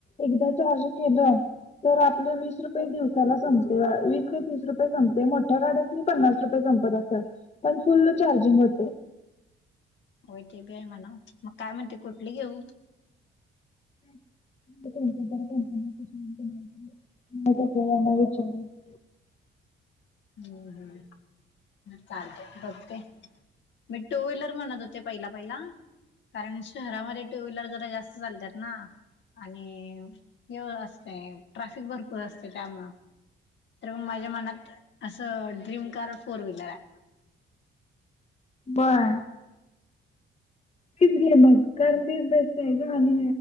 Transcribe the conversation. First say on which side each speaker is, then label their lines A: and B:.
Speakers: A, on the left; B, on the left.
A: एकदा चार्ज केलं तर आपलं वीस रुपये दिवसाला संपतय वीस ते तीस रुपये संप र मोठ्या गाड्यासणी पन्नास रुपये संपत असलं, पण फुल्ल चार्जिंग होतंय
B: होय ते बी आहे म्हणा, मग काय म्हणते कुठली घेऊ
A: विचारून
B: हम् होम <unintelligible> चालत बघते मी टू व्हीलर म्हणत होते पहिला पहिला कारण शहरामध्ये टू व्हीलर जरा जास्त <unintelligible> चालतात ना, आणि हे असते ट्राफिक भरपूर असते त्यामूळं. तर मग माझ्या मनात असं ड्रीम कार फोर व्हीलर आहे
A: बरं तीच गे मग कारण तीच बेस्ट आहे ग आणि